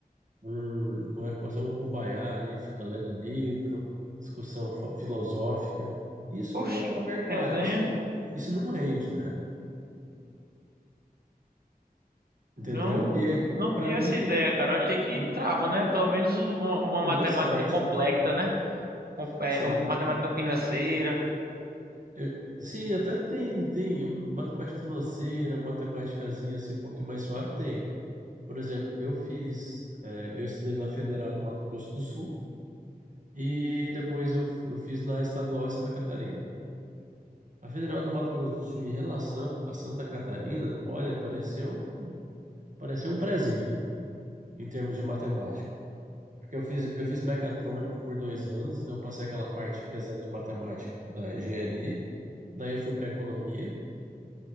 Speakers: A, on the right; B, on the right.
A: um, como é que pode ser, um cumbaiá ali, fica lendo livro, discussão fa- filosófica. Isso
B: Oxi,
A: não é para o mercado,
B: que resenha.
A: isso não, isso não rende, né? Entendeu?
B: Não,
A: E aí,
B: não
A: para
B: tinha
A: mim,
B: essa ideia, cara. Eu achei que
A: não-
B: trava, né? Pelo menos uma, uma
A: você
B: matemática
A: deu sorte.
B: complexa, né? Com, é,
A: Sim,
B: uma matemática financeira.
A: eu- sim, até tem, tem matemática financeira, matemáticazinha assim, um pouquinho mais suave, tem. Por exemplo, eu fiz, eh, eu estudei na Federal do Mato Grosso do Sul, E depois eu, eu fiz na estadual em Santa Catarina. A Federal do Mato Grosso do Sul, em relação a Santa Catarina, olha, pareceu, pareceu um prezinho em termos de matemática. Porque eu fiz, eu fiz mecatrônica por dois anos, então eu passei aquela parte pesada de matemática da engenharia. Daí eu fui para economia.